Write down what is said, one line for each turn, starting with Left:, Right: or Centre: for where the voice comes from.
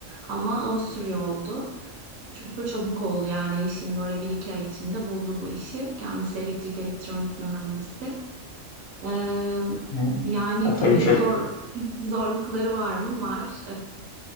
Right: Ama Avusturya oldu. Çok da çabuk oldu yani eşim böyle bir iki ay içinde buldu bu işi. Kendisi elektrik elektronik mühendisi. Ee,
Left: Hı.
Right: yani
Left: Ya,
Right: tabii
Left: tabii çok
Right: zor <laughs> zorlukları var mı? Var.